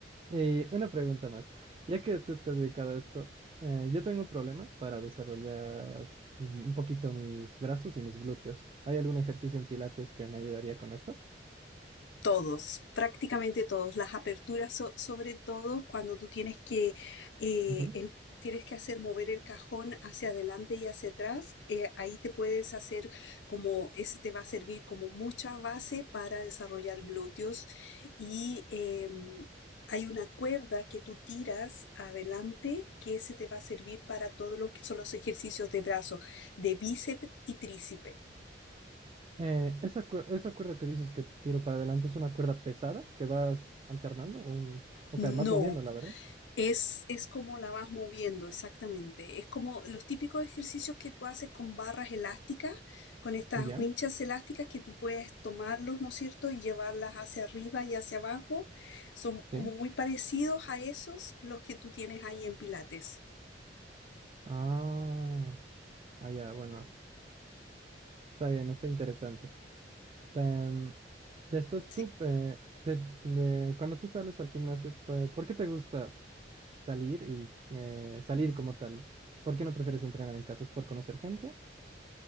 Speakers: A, on the right; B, on the left.
A: Y una pregunta más. Ya que tú te has dedicado a esto, eh, yo tengo un problema para desarrollar mm, un poquito mis brazos y mis glúteos. ¿Hay algún ejercicio en Pilates que me ayudaría con esto?
B: Todos, prácticamente todos. Las aperturas, so- sobre todo cuando tú tienes que, eh,
A: Ujú.
B: el- tienes que hacer mover el cajón hacia adelante y hacia atrás, eh, ahí te puedes hacer como, ese te va a servir como mucha base para desarrollar glúteos. Y em, hay una cuerda que tú tiras adelante que ese te va a servir para todo lo que son los ejercicios de brazo, de bíceps y tríceps.
A: Eh, esa, cuer- esa cuerda que dices que tiro para adelante es una cuerda pesada que vas alternando, un, o
B: No,
A: sea, vas moviendo, la verdad.
B: Es, es como la vas moviendo, exactamente. Es como los típicos ejercicios que tú haces con barras elásticas, con estas
A: Ya,
B: winchas elásticas que tú puedes tomarlos, ¿no es cierto?, y llevarlas hacia arriba y hacia abajo. Son como
A: sí.
B: muy parecidos a esos los que tú tienes ahí en Pilates.
A: Ah, ah, ya, bueno, está bien, está interesante. Em, después
B: Sí.
A: tú, eh, de- de- cuando tú sales al gimnasio, pe- ¿por qué te gusta salir y eh, salir como tal? ¿Por qué no prefieres entrenar en casa? ¿Es por conocer gente?